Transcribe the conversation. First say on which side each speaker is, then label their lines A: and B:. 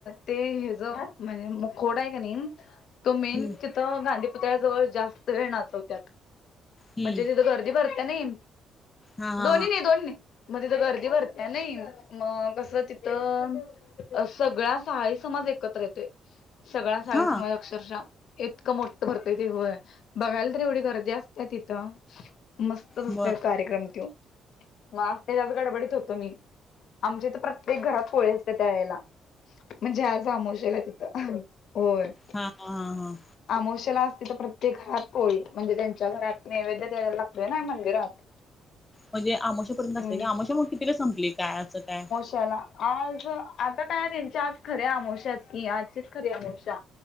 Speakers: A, on the left; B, on the left.
A: ते हेच म्हणजे मुखवट आहे. कनी हम - तो मेन
B: हम्म
A: तिथं गांधी पुुतळ्या जवळ जास्त वेळ नाचतात.
B: हम्म
A: म्हणजे तिथं गर्दी भरते नाही.
B: हा हा
A: दोन्ही ने दोन्ही मग तिथं गर्दी भरत्या नाही. मग कस तिथं अ सगळा साहाळी समाज एकत्र येतोय. सगळा साहाळी
B: हा
A: समाज.
B: हा
A: अक्षरशा इतकं मोठं भरतय देऊळ बघायला तर एवढी गर्दी असते तिथं. मस्तच असते.
B: बर
A: कार्यक्रम तो मग आज त्याच्याच गडबडीत होते मी, आमच्या तर प्रत्येक घरात पोळी असते. त्या वेळेला म्हणजे आज अमोशा गत इथ, होय.
B: हा हा हा हा,
A: अमोशाला असते. तर प्रत्येक घरात पोळी म्हणजे त्यांच्या घरात नैवेद्य द्यायला लागतोय ना मंदिरात.
B: म्हणजे अमोशापर्यंत असतेय
A: हम्म
B: का अमोशा मग कितीला संपली काय असं काय,
A: चला, आज आता काय त्यांच्या आज खरी आमोशाच, की आजचीच खरीे आमोशा.